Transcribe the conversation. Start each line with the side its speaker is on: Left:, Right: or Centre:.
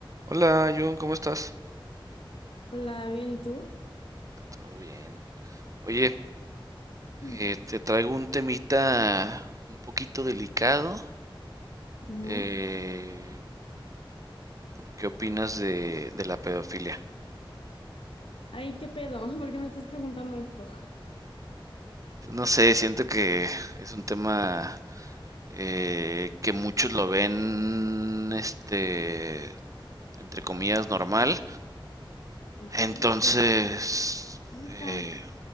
Right: Hola, Jun, ¿cómo estás?
Left: Hola, bien, ¿y tú?
Right: Todo bien. Oye,
Left: Mm.
Right: eh, te traigo un temita un poquito delicado.
Left: Ajá.
Right: Eh, ¿qué opinas de, de la pedofilia?
Left: Ay, ¿qué pedo? <laughs> ¿Por qué me estás preguntando esto?
Right: No sé, siento que es un tema eh, que muchos lo ven, este, entre comillas, normal.
Left: ¿Qué?
Right: Entonces,
Left: Pues juntas.
Right: eh,